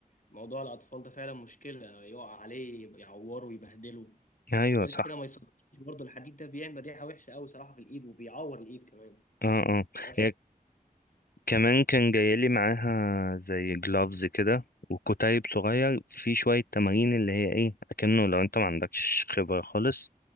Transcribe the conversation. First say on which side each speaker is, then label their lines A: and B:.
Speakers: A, on the left; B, on the left.
A: موضوع الاطفال ده فعلا مشكله يقع عليه يعوره يبهدله
B: أيوة
A: وغير
B: صح
A: كده ما يصدقش برضه الحديد ده بيعمل ريحه وحشه قوي صراحه في الايد وبيعور الايد كمان
B: اه اه
A: بيقشر
B: هي كمان كان جايلي معاها زي جلافز كده وكتيب صغير في شوية تمارين اللي هي ايه أكنه لو انت ما عندكش خبرة خالص